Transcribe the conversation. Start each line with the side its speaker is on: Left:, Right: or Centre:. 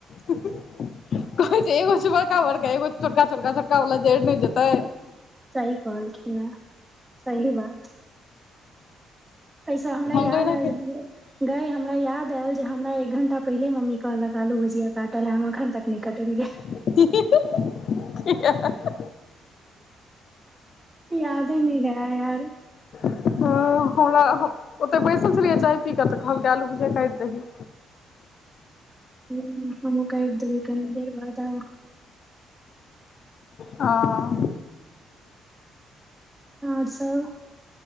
Left: कहय छै एगो छै बड़का बड़का एगो छोटका छोटका छोटका वाला जड़ि नहि जेतै।
Right: सही कहलखिन यै सही बात। पैसा हमरा
Left: हम
Right: याद
Left: तऽ ओहिना
Right: आयल जे हमरो। गय हमरा याद आयल जे हमरा एक घंटा पहिले मम्मी कहलक आलू भुजिया काटय ला हम अखन तक नै कटलया।
Left: <inaudible>
Right: यादे नै रहय यार।
Left: हँ हमरा हम ओतऽ बैसल छलियै चाय पी कऽ तऽ कहलक आलू भुजीया काटि दही।
Right: ह्म हमु काइट देबै कनि देर बाद आब।
Left: ह।
Right: आओर सब।